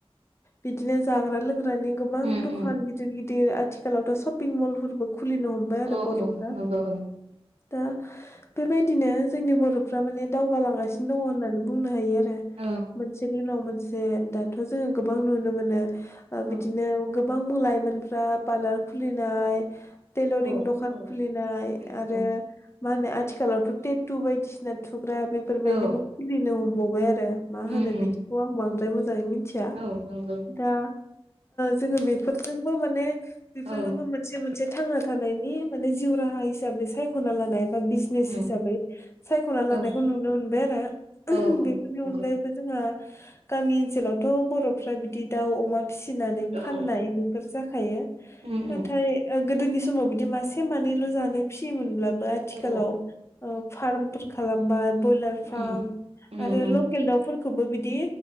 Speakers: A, on the left; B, on the right.
A: बिदिनो जाग्रा लोंग्रानि गोबां
B: उम
A: दखान गिदिर गिदिर आथिखालावथ' सपिं मलफोरबो खुलिनो हमबाय आरो
B: औ
A: बर'फ्रा
B: नंगौ नंगौ उम
A: दा बेबायदिनो जोंनि बर'फ्रा माने दावगा लां गासिनो दङ होननानै बुंनो हायो आरो
B: औ
A: मोनसेनि उनाव मोनसे दाथ' जोङो गोबां नुनो मोनो बिदिनो
B: औ
A: गोबां लाइमोनफ्रा पार्लार खुलिनाय टेलरिं
B: औ
A: दखान खुलिनाय
B: उम
A: आरो
B: उम
A: मा होनो आथिखालावथ' थे टु बायदिसिना थुग्रा बेफोरबायदिबो
B: औ
A: खुलिनो हमबावबाय आरो मा
B: उम
A: होनो
B: उम
A: बिदिखौ आं बांद्राय मोजाङै मिनथिया
B: औ नंगौ नंगौ
A: दा जोङो बेफोरजोंबो माने बेफोरखौबो
B: औ
A: मोनसे मोनसे थांना थानायनि माने जिउ राहा हिसाबै सायख'ना लानाय बा बिजनेस
B: उम
A: हिसाबै सायख'ना लानायखौ
B: औ
A: नुनो मोनबाय आरो
B: औ औ
A: बेफोरनि
B: नंगौ
A: अनगायैबो जोंहा गामि ओनसोलावथ' बर'फ्रा बिदि दाउ अमा फिसिनानै फाननाय
B: औ
A: बेफोर जाखायो
B: उम उम
A: नाथाय गोदोनि समाव बिदि मासे मानैल' जानो फिसियोमोनब्ला बो आथिखालाव
B: औ
A: फार्मफोर खालामबाय ब्रयलार
B: उम
A: फार्म
B: उम
A: आरो
B: उम
A: लकेल दाउफोरखौबो बिदि